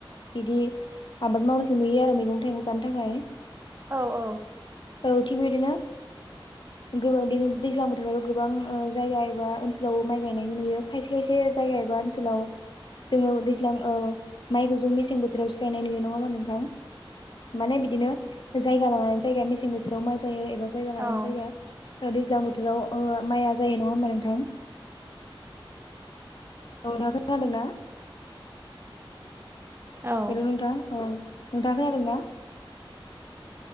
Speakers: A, on the left; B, on the right.
A: बिदि आबाद मावनायखौ नुयो आरो मैगं थाइगं जानो थाखाय।
B: औ औ।
A: औ थिग बिदिनो गोबांदिनो दैज्लां बोथोराव गोबां जायगा एबा ओनसोलावबो माइ गायनायखौ नुयो खायसे खायसे जायगा एबा ओनसोलाव जोंङो दैज्लां माइखौ जों मेसें बोथोराव सिखायनाय नुयो नंङा होनबा नोंथां? माने बिदिनो जायगा लानानै जायगा मेसें बोथोराव माइ जायो एबा जायगा
B: औ
A: लानानै जायगा दैज्लां बोथोराव माइआ जायो नङा होमबा नोंथां? औ नोंथाङा खोनादों <unintelligible>
B: औ
A: हेलौ नोंथां औ नोंथाङा खोनादोंना?